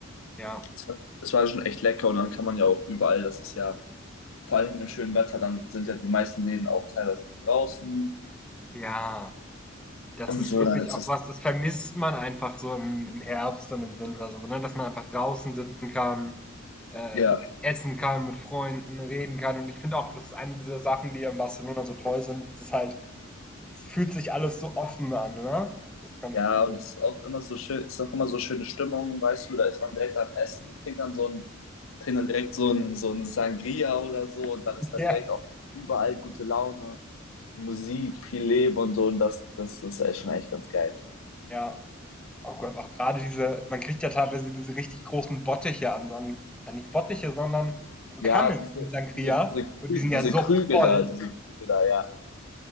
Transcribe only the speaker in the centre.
Ja.
Ja. Das
ist
wirklich
auch
was, das vermisst man einfach so im im Herbst und im Winter so, ne? Dass man einfach draußen sitzen kann, äh,
essen kann, mit Freunden reden kann. Und ich finde auch, das ist eine dieser Sachen, die an Barcelona so toll sind. Es ist halt es fühlt sich alles so offen an, ne? Das ist ganz
cool.
<laughs>
Ja,
ja. Oh Gott, auch gerade diese man kriegt ja teilweise diese richtig großen Bottiche an so ja, nicht Bottiche, sondern so
Kannen
in Sangria
und die sind
ja so
voll.